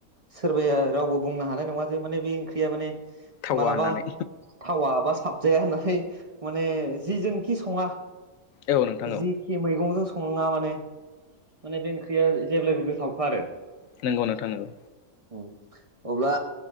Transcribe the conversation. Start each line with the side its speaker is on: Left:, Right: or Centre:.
Right: सोरबाया रावबो बुंनो हानाय नङा जे माने बे ओंख्रिया माने
Left: थावा
Right: मालाबा
Left: होननानै
Right: थावा बा साबजाया होननानै। माने जिजोंखि संङा
Left: औ नोंथां
Right: जिखि
Left: औ
Right: मैगंजों संङा माने माने बे ओंख्रिया जेब्लायबो गोथावखा आरो।
Left: नोंगौ नोंथां नोंगौ।
Right: औ अब्ला